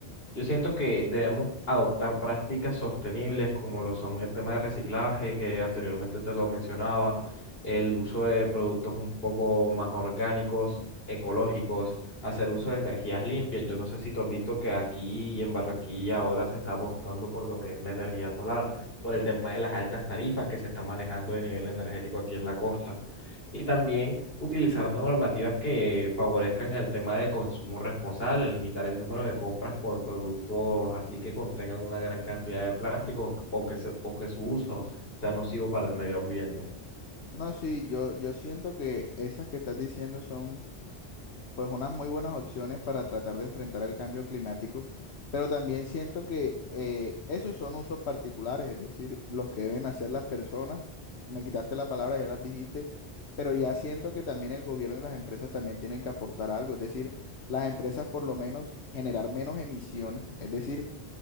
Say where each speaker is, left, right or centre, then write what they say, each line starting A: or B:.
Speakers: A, on the left; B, on the left.
A: Yo siento que debemos adoptar prácticas sostenibles como lo son el tema de reciclaje, que anteriormente te lo mencionaba, el uso de productos un poco más orgánicos, ecológicos, hacer uso de energías limpias. Yo no sé si tú has visto que aquí en Barranquilla ahora se está apostando por lo que es la energía solar por el tema de las altas tarifas que se están manejando de nivel energético aquí en la costa. Y también utilizar normativas que favorezcan el tema del consumo responsable, limitar el número de compras por productos así que contengan una gran cantidad de plástico o que, se- o que su uso sea nocivo para el medio ambiente.
B: No, sí, yo, yo siento que esas que estás diciendo son pues unas muy buenas opciones para tratar de enfrentar el cambio climático, pero también siento que eh, esos son usos particulares, es decir, los que deben hacer las personas. Me quitaste la palabra, ya las dijiste, pero ya siento que también el gobierno y las empresas también tienen que aportar algo, es decir, las empresas por lo menos generar menos emisiones, es decir,